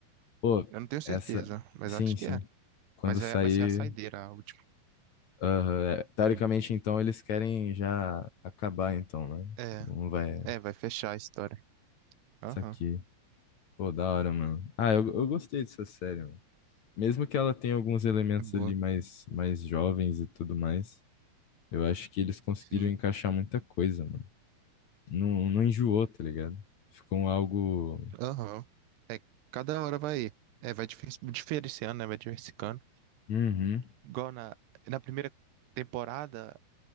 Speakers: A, on the left; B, on the right.
A: Pô,
B: Eu não tenho certeza,
A: essa.
B: mas
A: Sim,
B: acho
A: sim.
B: que é.
A: Quando
B: Mas
A: sair.
B: é, vai ser a saideira, a última.
A: aham, é. Teoricamente,
B: Sim.
A: então, eles querem já acabar, então, né?
B: É,
A: Não vai.
B: é, vai fechar a história. Aham,
A: Isso aqui. Pô, da hora, mano. Ah, eu, eu gostei dessa série, mano. Mesmo que ela tenha alguns elementos
B: é boa.
A: ali mais, mais jovens e tudo mais, eu acho que eles conseguiram
B: Sim,
A: encaixar muita coisa, mano. Não, não enjoou, tá ligado? Ficou algo.
B: aham. É, cada hora vai, é, vai difer- diferenciando, né? Vai diversificando.
A: Uhum.
B: Igual na, na primeira temporada,